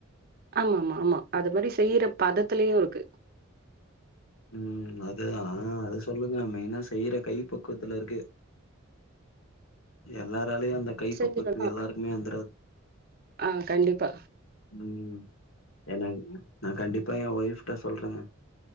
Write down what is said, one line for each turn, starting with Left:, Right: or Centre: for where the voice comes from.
Right: ஆமா ஆமா ஆமா அது மாரி செய்யுற பதத்துலயு இருக்கு
Left: ம் அதுதா அது சொல்லுங்க மெயினா செய்யிற கை பக்குவத்துல இருக்கு எல்லாராலயு அந்த கை
Right: செஞ்சுட்டோனா
Left: பக்குவத்துக்கு எல்லாருக்குமே வந்துராது
Right: ஆ கண்டிப்பா
Left: ம் எனங் நா கண்டிப்பா என் ஒய்ஃப்ட்ட சொல்றங்க